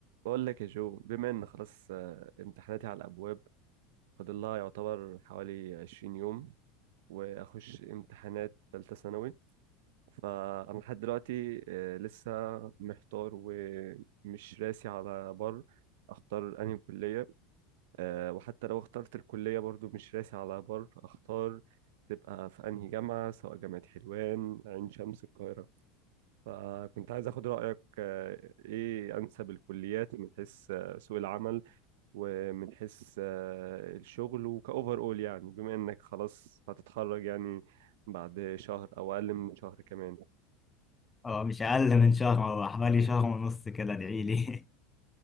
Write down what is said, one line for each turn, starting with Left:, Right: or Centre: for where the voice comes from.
Right: بقول لك يا جو بما ان خلاص آه، امتحاناتي على الابواب فاضل لها يعتبر حوالي 20 يوم واخش امتحانات ثالثه ثانوي فانا لحد دلوقتي آه، لسه محتار ومش راسي على بر اختار انهي كليه آه، وحتى لو اخترت الكليه برضو مش راسي على بر اختار تبقى في انهي جامعه سواء جامعه حلوان عين شمس القاهره فكنت عايز اخد رايك آه، ايه انسب الكليات من حيث آه، سوق العمل ومن حيث آه، الشغل وكأوفر أول يعني بما إنك خلاص هتتخرج يعني بعد شهر أو أقل من شهر كمان
Left: هو مش اقل من شهر هو حوالي شهر ونص كده ادعي لي